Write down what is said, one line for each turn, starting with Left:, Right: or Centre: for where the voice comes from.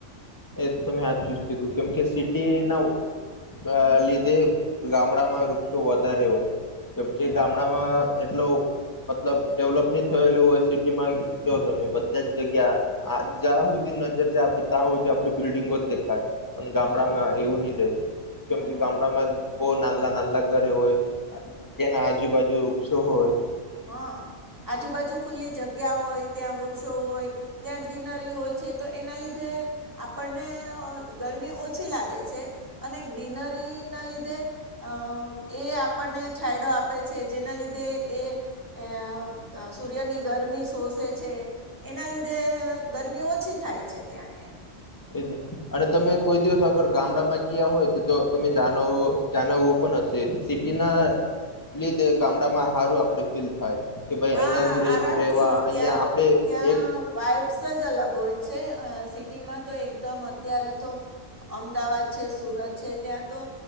Left: એ તો તમે હાચુ જ કીધું, કેમ કે સિટી નવ અ
Right: હમ
Left: લીધે ગામડામાં વૃક્ષો વધારે હોય. કેમ કે
Right: હમ
Left: ગામડામાં <unintelligible> મતલબ ડેવલપ ની થયેલું હોય સિટીમાં જો તમે બધા જ જગ્યા આ જા હુધી નજર જાય આપડી ત્યાં હુધી <unintelligible> બિલ્ડિંગો જ દેખાય. પણ
Right: હમ
Left: ગામડામાં એવું નહી રે કેમ
Right: હમ
Left: કે ગામડામાં બહુ નાંદલા નાંદલા ઘરે હોય જેના આજુબાજુ વૃક્ષો હોય.
Right: હા આજુબાજુ ખુલ્લી જગ્યા હોય, ત્યાં વૃક્ષો હોય, ત્યાં ગ્રીનરી હોય છે તો એના લીધે આપણને ગરમી ઓછી લાગે છે, અને ગ્રીનરી ના લીધે અ એ આપણને છાયડો આપે છે જેના લીધે એ અ અ સૂર્યની ગરમી શોષે છે, એના લીધે ગરમી ઓછી થાય છે ત્યાં એમ.
Left: એજ ને, અને તમે કોઈ દિવસ અગર ગામડામાં ગ્યા હોય તો તો તમે જાનવુ જાણવું પણ હશે સિટી ના લીધે ગામડામાં હારું આપડે ફીલ થાય. કે ભાઈ
Right: હા
Left: અહિયાં જ રે
Right: આરામથી,
Left: રેવા અહિયાં
Right: ત્યાં
Left: આપડે
Right: ત્યાં
Left: એક
Right: વાઈપ્સ જ અલગ હોય છે. અ સિટીમાં તો એકદમ અત્યારે તો અમદાવાદ છે, સુરત છે, ત્યાં તો